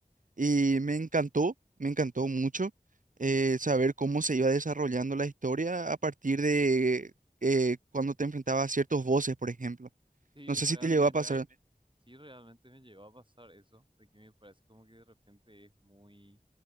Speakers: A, on the right; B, on the right.
A: Y me encantó, me encantó mucho eh, saber cómo se iba desarrollando la historia a partir de eh, cuando te enfrentabas a ciertos voces por ejemplo.
B: Sí,
A: No sé
B: realmente,
A: si te llegó a pasar. Totalmente.
B: sí, realmente me llegó a pasar eso, de que me parece como que de repente es muy...